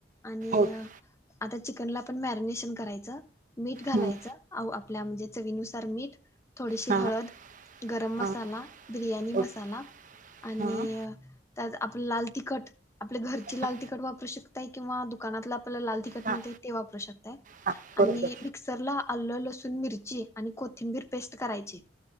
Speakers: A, on the left (about 15°); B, on the right (about 45°).
A: आणि
B: ओके
A: आता चिकनला पण मॅरिनेशन करायचं. मीठ घालायचं
B: हां
A: आव आपल्या म्हणजे चवीनुसार मीठ थोडीशी
B: हां
A: हळद, गरम मसाला,
B: हां
A: बिर्याणी मसाला
B: ओके
A: आणि
B: हां
A: त्यात आपलं लाल तिखट आपल्या घरची
B: हां
A: लाल तिखट वापरू शकताय किंवा दुकानातला <unintelligible> लाल तिखट
B: हां
A: मिळते ते वापरू शकताय
B: हां बरोबर
A: आणि मिक्सरला आल्ल लसूण मिरची आणि कोथिंबीर पेस्ट करायची